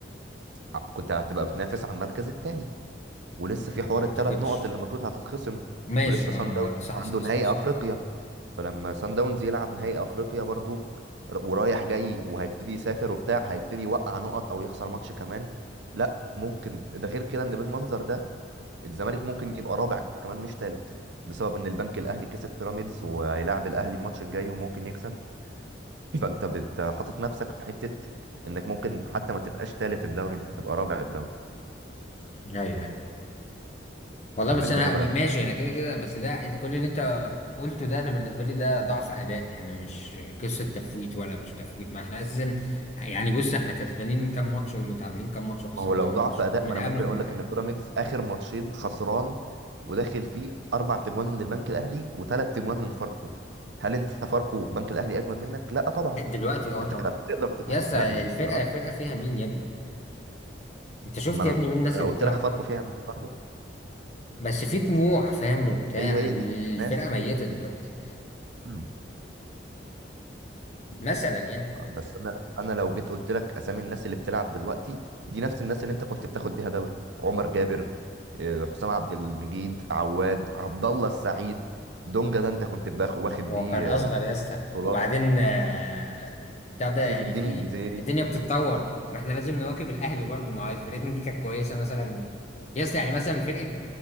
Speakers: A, on the right (about 75°); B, on the left (about 35°).
A: ع- كنت هتبقى بتنافس على المركز التاني ولسه
B: م-
A: في حوار
B: ما
A: الثلاث
B: اعتقدش
A: نقط اللي المفروض هتتخصم
B: ماشي
A: ولسه
B: اه
A: سان
B: لا
A: داونز
B: لا صح
A: عنده
B: صح
A: نهائي
B: صح, صح.
A: افريقيا فلما سان داونز يلعب نهائي افريقيا برضو ر- ورايح جاي وهيبتدي يسافر وبتاع هيبتدي يوقع نقط او يخسر ماتش كمان لا ممكن ده غير كده ان بالمنظر ده الزمالك ممكن يبقى رابع كمان مش تالت بسبب ان البنك الاهلي كسب بيراميدز وهيلاعب الاهلي الماتش الجاي وممكن يكسب فانت بت- حاطط نفسك في حته انك ممكن حتى ما تبقاش تالت الدوري انت تبقى رابع الدوري
B: ايوه أيوة. والله
A: يعمل
B: بس انا
A: لنا بقى
B: م- ماشي انا كده كده بس ده اللي- كل اللي انت قلته ده انا بالنسبه لي ده ضعف اداء يعني مش قصه تفويت ولا مش تفويت ما احنا اساسا يعني بص احنا كسبانين كام ماتش ومتعادلين كام ماتش وخسرانين
A: ما هو لو
B: كام
A: ضعف
B: ماتش
A: اداء
B: من
A: ما انا
B: قبل
A: ممكن
B: ما
A: اقول لك ان بيراميدز اخر ماتشين خسران وداخل فيه اربع تجوان من البنك الاهلي وثلاث تجوان من فاركو هل انت فاركو بنك الاهلي اجمد منك لا طبعا
B: دلوقتي اه
A: انت
B: طبعا
A: كان تقدر تتعامل
B: يس
A: لا
B: الفرقه
A: مش درجة.
B: الفرقه فيها مين يا ابني انت شفت
A: ما
B: يا
A: انا
B: ابني مين الناس
A: أنا
B: اللي
A: قلت
B: بتلعب
A: لك فاركو فيها برضه
B: بس في طموح فاهم وبتاع
A: هي هي
B: الفرقه
A: دي نفس
B: ميته دلوقتي
A: الناس
B: مثلا يعني
A: بس انا انا لو جيت قلت لك اسامي الناس اللي بتلعب دلوقتي دي نفس الناس اللي انت كنت بتاخد بيها دوري عمر جابر آه، حسام عبد المجيد عواد عبد الله السعيد دونجا ده انت كنت باخ- واخد
B: هو
A: بيه
B: كان اصغر
A: آه،
B: يا اسطى
A: بطولات
B: وبعدين آه، بتاع ده
A: سيف
B: يعني
A: الدين
B: في
A: الجزيري
B: الدنيا بتتطور ما احنا لازم نواكب الاهلي برضو ما هي فرقتنا دي كانت كويسه مثلا يا اسطى يعني مثلا فرقه